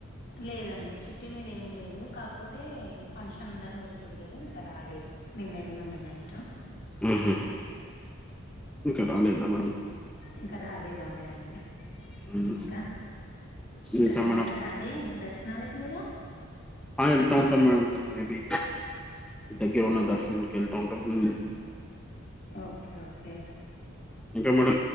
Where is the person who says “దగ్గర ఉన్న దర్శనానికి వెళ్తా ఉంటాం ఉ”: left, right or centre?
Centre